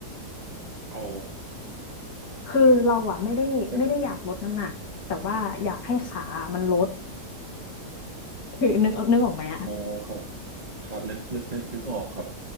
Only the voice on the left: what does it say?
คือเราอะไม่ได้ไม่ได้อยากลดน้ำหนักแต่ว่าอยากให้ขามันลด
<laughs> คือนึกนึกออกไหมอะ